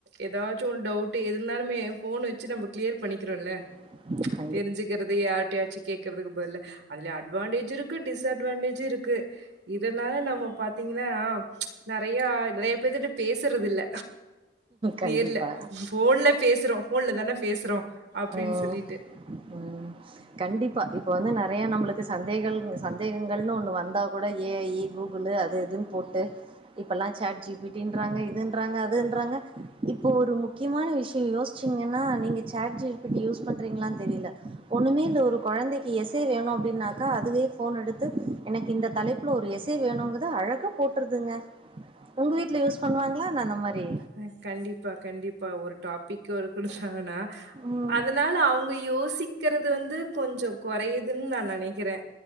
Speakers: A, on the right; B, on the right.
A: ஏதாச்சும் ஒரு டவுட் இரு இருந்தாலுமே போன் வச்சு நம்ம கிளியர் பண்ணிக்கிறோம்ல
B: <unintelligible>
A: தெரிஞ்சுக்கிறது யாரிட்டையாச்சும் கேக்குறதுக்கு பதல அதுல அட்வான்டேஜு இருக்கு டிஸ் அட்வான்டேஜு இருக் கு இதனால நம்ம பாத்தீங்கன்னா நெறைய <unintelligible> பேசுறது இல்ல
B: கண்டிப்பா.
A: நேர்ல போன்ல பேசுறோம் போன்ல தானே பேசுறோம் அப்படின்னு
B: ம்
A: சொல்லிட்டு
B: ம் கண்டிப்பா இ இப்போ வந்து நறையா நம்மளுக்கு சந்தேகள் சந்தேகங்கள்னு ஒன்று வந்தா கூட ஏ ஐ கூகுளு அது எதுன்னு போட் டு இப்பெல்லா சாட் ஜி பி டின்றாங்க இதுன்றாங்க அதுன் றாங்க இப்போ ஒரு முக்கியமான விஷய யோச்சிங்கன்னா நீங்க chat G P T use பண்றீங்களான் தெரி யில ஒண்ணுமே இல்ல ஒரு கொழந்தைக்கு எச்செ வேணு அப்டின்னாக்கா அதுவே ஃபோன் எடுத்து எனக்கு இந்த தலைப்புல் ஒரு எச்செ வேணுங்குது அ அழகா போட்றுதுங்க உங்க வீட்ல யூஸ் பண்ணுவாங்களா என்ன அந்த மாரி
A: அ கண்டிப்பா கண்டிப்பா ஒரு டாபிக்கு ஒரு குடுத்தாங்கன்னா
B: ம்
A: அதனால அவங்க யோசிக் கறது வந்து கொஞ்ச கொறையுதுன்னு நா நனைக்கிறே